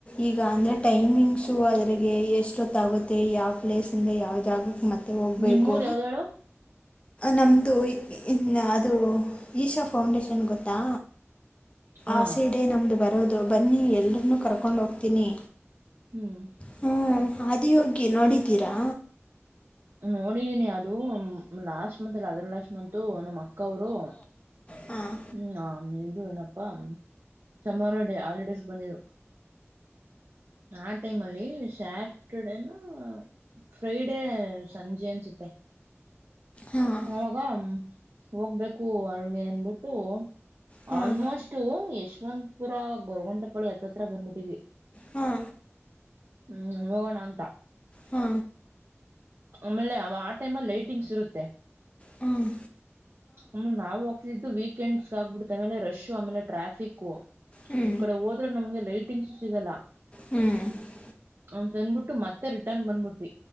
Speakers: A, on the left (about 25°); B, on the right (about 60°).
A: ಈಗ ಅಂದರೆ ಟೈಮಿಂಗ್ಸು ಅದರಿಗೆ ಎಷ್ಟೊತ್ತಾಗುತ್ತೆ ಮತ್ತೆ ಯಾವ ಪ್ಲೇಸ್ಂದ ಯಾವ ಜಾಗಕ್ಕೆ ಮತ್ತೆ ಹೋಗ್ಬೇಕು.
B: ನಿಮ್ಮೂರ್ ಯಾವ್ದ ಹೇಳು
A: ನಮ್ಮದು ಅದು ಈಶಾ ಫೌಂಡೇಶನ್ ಗೊತ್ತಾ
B: ಹಾ
A: ಆಸೀಡೇ ನಮ್ದು ಬರೋದು ಬನ್ನಿ ಎಲ್ಲರನ್ನೂ ಕರ್ಕೊಂಡ ಹೋಗ್ತೀನಿ
B: ಹ್ಮ್
A: ಹಾ ಅದಿ ಹೋಗಿ ನೋಡಿದ್ದೀರಾ
B: ನೋಡಿದೀನಿ ಅದು ಮ್ ಲಾಸ್ಟ್ ಮಂತಲ್ಲ ಅದುರ್ಲಾಸ್ಟ್ ಮಂತು ನಮ್ಮಕ್ಕವ್ರು
A: ಹಾಂ
B: ಹ್ಮ್ ಆ ಇದು ಏನಪ್ಪ ಸಮ್ಮಾರೋ ಡೇ ಹಾಲಿಡೇಸ್ಗ್ ಬಂದಿದ್ರು ಆ ಟೈಮ್ ಅಲ್ಲಿ ಸ್ಯಾಟ್ರ್ಡೇನು ಫ್ರೈಡೇ ಸಂಜೆ ಅನ್ಸುತ್ತೆ
A: ಹಾಂ
B: ಉಂ ಅಂ ಹೋಗ್ಬೇಕು ಅಲ್ಗೆ ಅನ್ಬುಟ್ಟು
A: ಹಾಂ
B: ಆಲ್ಮೋಸ್ಟ್ ಯಶವಂತಪುರ ಗೊರ್ಗುಂಟೇಪಾಳ್ಯ ಹತ್ತತ್ರ ಬಂದ್ಬಿಟ್ಟಿದ್ವಿ
A: ಹಾಂ
B: ಹ್ಮ್ ಹೋಗಣ ಅಂತ
A: ಹಾ
B: ಆಮೇಲೆ ಅವ ಆ ಟೈಮಲೈಟಿಂಗ್ಸ್ ಇರುತ್ತೆ
A: ಹ್ಮ್
B: ಆಮೇಲ್ ನಾವು ಹೋಗ್ತಿದ್ದು ವೀಕೆಂಡ್ಸ್ ಆಗ್ಬಿಡುತ್ತೆ ಆಮೇಲೆ ರಶ್ಶು ಆಮೇಲೆ ಟ್ರಾಫಿಕ್ಕು
A: ಹ್ಞೂ
B: ಈ ಕಡೆ ಓದ್ರೆ ನಮ್ಗೆ ಲೈಟಿಂಗ್ಸು ಸಿಗಲ್ಲ
A: ಹ್ಞೂ
B: ಅವತಂದ್ಬಿಟ್ಟು ಮತ್ತೆ ರಿಟನ್ ಬಂದ್ಬಿಟ್ವಿ